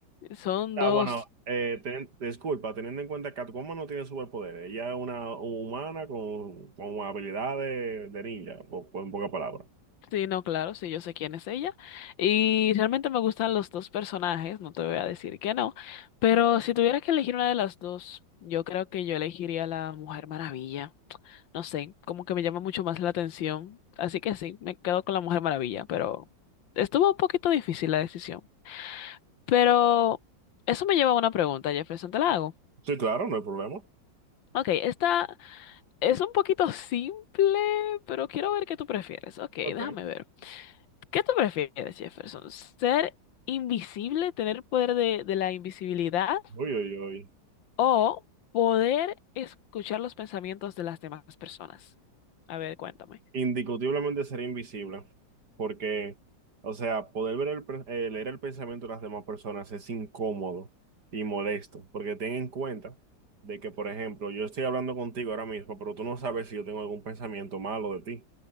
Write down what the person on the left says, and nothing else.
Son
dos.
Sí, no, claro, sí, yo sé quién es ella. Y realmente me gustan los dos personajes, no te voy a decir que no. Pero si tuviera que elegir una de las dos, yo creo que yo elegiría la Mujer Maravilla. no sé, como que me llama mucho más la atención. Así que sí, me quedo con la Mujer Maravilla, pero estuvo un poquito difícil la decisión. Pero eso me lleva a una pregunta, Jefferson, te la hago.
Ok, esta es un poquito simple, pero quiero ver qué tú prefieres. Ok, déjame
ver. ¿Qué tú prefieres, Jefferson? ¿Ser invisible, tener poder de, de la invisibilidad
o poder escuchar los pensamientos de las demás personas? A ver, cuéntame.